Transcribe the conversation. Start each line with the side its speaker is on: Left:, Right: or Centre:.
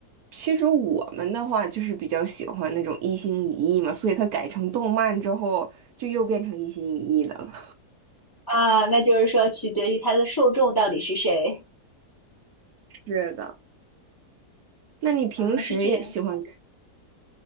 Right: 其实我们的话就是比较喜欢那种一心一意嘛，所以他改成动漫之后就又变成一心一意的了。
Left: 啊，那就是说取决于他的受众到底是谁
Right: 是的，那你平时也喜欢？
Left: 啊，是这样